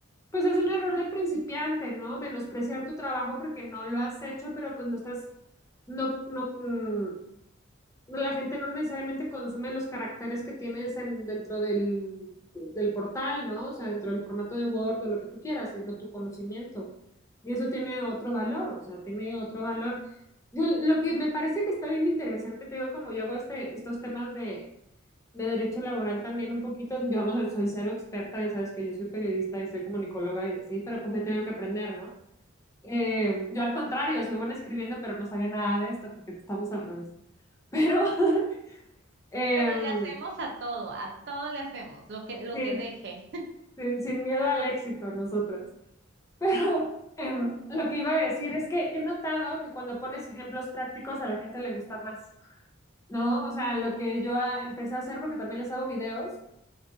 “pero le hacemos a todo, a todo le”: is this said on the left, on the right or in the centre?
Right